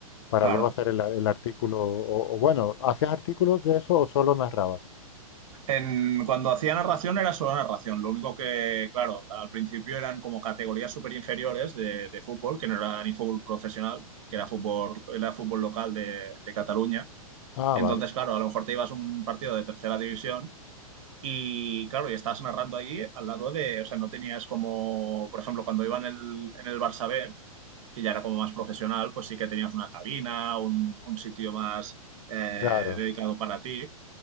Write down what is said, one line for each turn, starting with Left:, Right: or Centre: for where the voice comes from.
Left: para
Right: Claro.
Left: luego hacer el, a- el artículo. O, o bueno, ¿hacías artículos de eso o solo narrabas?
Right: En, cuando hacía narración era solo narración. Lo único que, claro, al principio eran como categorías súper inferiores de, de fútbol, que no era ni fútbol profesional, que era fútbol, era fútbol local de, de Cataluña.
Left: Ah,
Right: Entonces,
Left: vale,
Right: claro, a lo mejor te ibas a un partido de tercera división y, claro, y estás narrando allí al lado de, o sea, no tenías como, por ejemplo, cuando iba en el, en el Barça B, que ya era como más profesional, pues sí que tenías una cabina, un, un sitio más eh,
Left: claro.
Right: dedicado para ti